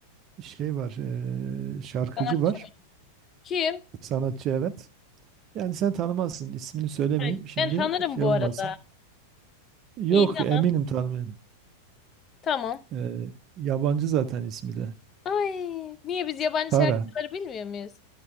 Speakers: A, on the right (about 35°); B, on the left (about 25°).
A: şey var, eee, şarkıcı
B: Sanatçı
A: var,
B: mı? Kim?
A: sanatçı evet. Yani sen tanımazsın, ismini söylemeyeyim
B: Evet,
A: şimdi
B: Ben tanırım
A: şey
B: bu
A: olmasın.
B: arada.
A: Yok
B: İyi tamam.
A: eminim tanımıyorum.
B: Tamam.
A: Eee, yabancı zaten ismi de.
B: Ay niye biz yabancı
A: Tara.
B: şarkıcıları bilmiyor muyuz?